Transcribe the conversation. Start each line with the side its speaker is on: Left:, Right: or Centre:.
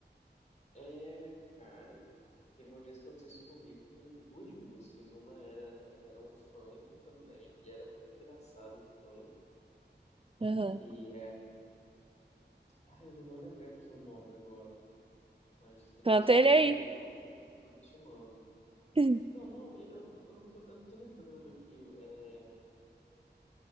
Left: É, cara, teve uma vez que aconteceu isso comigo com duas músicas. Uma era, era um funk também, e era muito engraçado o funk,
Right: Uhum.
Left: que Ai, eu não vou lembrar aqui o nome agora, mas depois
Right: Canta
Left: eu,
Right: ele aí.
Left: eu procuro e te mando.
Right: <laughs>
Left: Então, não, eu, eu não tô, eu não tô lembrando aqui, é,